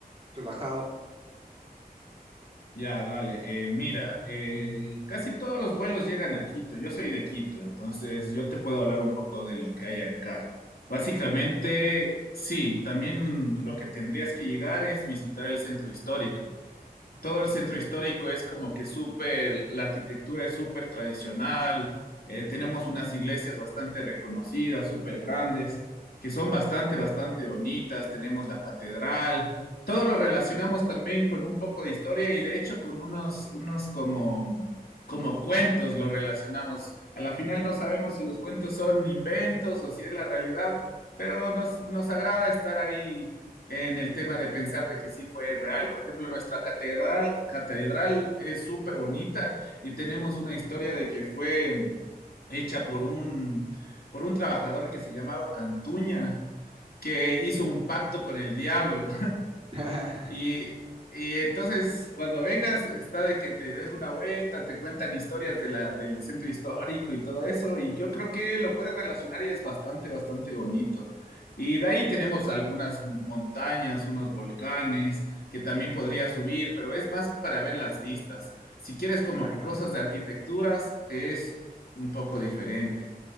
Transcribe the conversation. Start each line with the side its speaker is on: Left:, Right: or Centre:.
Right: relajado.
Left: Ya, dale. Eh, mira, eh, casi todos los vuelos llegan a Quito. Yo soy de Quito, entonces yo te puedo hablar un poco de lo que hay acá. Básicamente, sí, también lo que tendrías que llegar es visitar el centro histórico todo el centro histórico es como que súper, la arquitectura es súper tradicional, eh, tenemos unas iglesias bastante reconocidas, súper grandes, que son bastante, bastante bonitas, tenemos la catedral, todo lo relacionamos también con un poco de historia y de hecho con unos, unos como, como cuentos lo relacionamos. A la final no sabemos si los cuentos son inventos o si es la realidad, pero nos, nos agrada estar ahí en el tema de pensar de que sí fue real. Por ejemplo, nuestra catedral, catedral es súper bonita y tenemos una historia de que fue hecha por un, por un trabajador que se llamaba Cantuña, que hizo un pacto con el diablo
Right: <laughs>
Left: y, y entonces, cuando vengas, está de que te des una vuelta, te cuentan historias de la, del centro histórico y todo eso, y yo creo que lo puedes relacionar y es bastante, bastante bonito. Y de ahí tenemos algunas montañas, unos volcanes que también podría subir, pero es más para ver las vistas. Si quieres como
Right: Exacto.
Left: que cosas de arquitecturas, es un poco diferente.